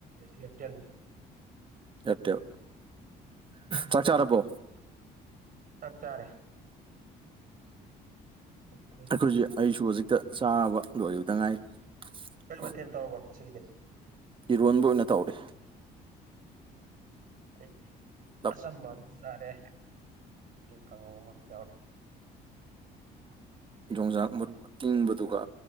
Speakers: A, on the right; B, on the right.
A: ꯏꯌꯥꯇꯦꯟ
B: ꯑꯦꯌꯔꯇꯦꯜ ꯆꯥꯛ ꯆꯥꯔꯕꯣ
A: ꯆꯥꯛ ꯆꯥꯔꯦ ꯎ <unintelligible>
B: ꯑꯩꯈꯣꯏꯁꯦ ꯑꯩꯁꯨ ꯍꯧꯖꯤꯛꯇ ꯆꯥꯕ ꯂꯣꯏꯕꯗ ꯉꯥꯏꯔꯤ
A: ꯀꯔꯤ
B: ꯑꯣ
A: ꯃꯊꯦꯜ ꯇꯧꯔꯕ ꯉꯁꯤꯒꯤꯗꯤ
B: ꯏꯔꯣꯟꯕ ꯑꯣꯏꯅ ꯇꯧꯔꯦ
A: ꯑꯩ
B: ꯂꯞ
A: ꯑꯆꯝꯕ ꯑꯃ ꯆꯥꯔꯦ ꯀꯉꯧ ꯑꯃ ꯌꯥꯎꯔꯦ ꯍ <unintelligible>
B: ꯌꯣꯡꯖꯥꯛ ꯃꯔꯨ ꯑꯇꯤꯡꯕꯗꯨꯒ